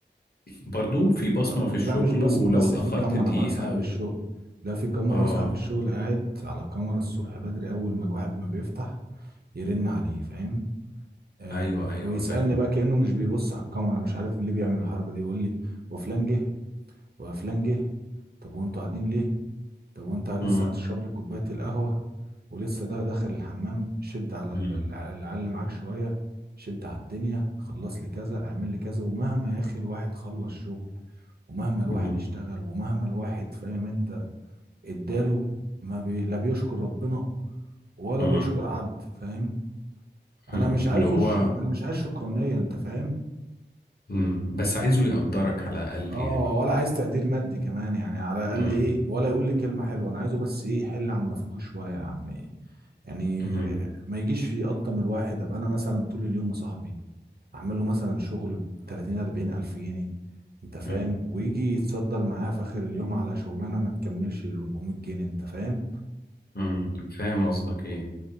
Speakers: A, on the left; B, on the right.
A: برضو في بصمة
B: آه، بس
A: في الشغل
B: لا مش بصمه
A: ولو
B: بس
A: اتأخرت
B: في كاميرا
A: دقيقة
B: بقى صاحب
A: و...
B: الشغل لا في كاميرا
A: اه
B: صاحب الشغل قاعد على الكاميرا الصبح بدري اول ما الواحد ما بيفتح يرن عليه فاهم آه
A: ايوه ايوه
B: ويسالني
A: فاهم
B: بقى كانه مش بيبص على الكاميرا مش عارف ليه بيعمل الحركه دي يقول لي وفلان جه وفلان جه طب وانتوا قاعدين ليه طب وانت لسه
A: مم.
B: هتشرب لي كوباية القهوة ولسه ده داخل الحمام شد على
A: مم.
B: ال- الع- العل معاك شوية شد على الدنيا خلص لي كذا اعمل لي كذا ومهما يا اخي الواحد خلص شغل ومهما الواحد
A: مم.
B: اشتغل ومهما الواحد فاهم انت اداله ما بي... لا بيشكر ربنا ولا
A: مم.
B: بيشكر عبد فاهم انا
A: مم.
B: مش عايزه
A: اللي هو
B: ش... انا مش عايز شكرانية انت فاهم
A: مم. بس عايزه يقدرك على الأقل
B: اه
A: يعني
B: ولا عايز تقدير مادي كمان يعني على الاقل
A: مم.
B: ايه ولا يقول لي كلمة حلوة انا عايزه بس ايه حل عن نافوخي شوية يا عم إيه. يعني
A: مم.
B: ما يجيش في قطة من الواحد ابقى انا مثلا طول اليوم مصاحبي اعمل له مثلا شغل ب 30 40 الف جنيه انت فاهم
A: مم.
B: ويجي يتصدر معاه في اخر اليوم على شغلانة ما تكملش 400 جنيه انت فاهم
A: مم. فاهم قصدك ايه